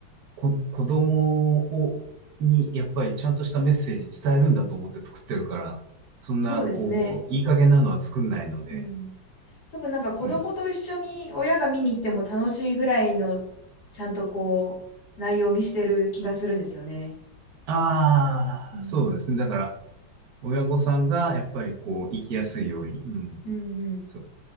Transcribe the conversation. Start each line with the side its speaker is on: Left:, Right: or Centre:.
Right: こ、子供を、に、やっぱりちゃんとしたメッセージ伝えるんだと思って作ってるから、そんな、
Left: そうですね。
Right: こう、いい加減なのは作んないので、
Left: うん。多分なんか子供と一緒に親が見に行っても楽しいぐらいの、
Right: うん。
Left: ちゃんとこう、内容にしてる気がするんですよね。
Right: ああ、
Left: うん。
Right: そうですね。だから、親御さんが、やっぱりこう、生きやすいように、うん。
Left: うん
Right: そう、